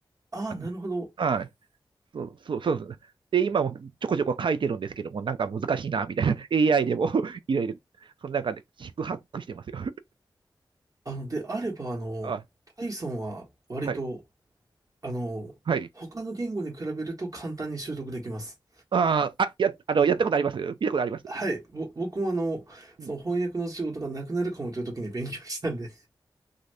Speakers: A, on the right (about 45°); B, on the right (about 70°).
A: ああ、
B: あの
A: なるほど。
B: はい。そう、そう、そうですね。で、今もちょこちょこ書いてるんですけども、なんか難しいな、みたいな。<laughs> AI でも <laughs> いろいろ、その中で、四苦八苦してますよ。
A: あの、であれば、あの、
B: あ、
A: Python は割と、
B: はい、
A: あの、
B: はい。
A: 他の言語に比べると簡単に習得できます。
B: あーあ、や、あの、やったことあります見たことあります
A: はい。ぼ、僕もあの、
B: うん。
A: その翻訳の仕事がなくなるかもという時に勉強したんで。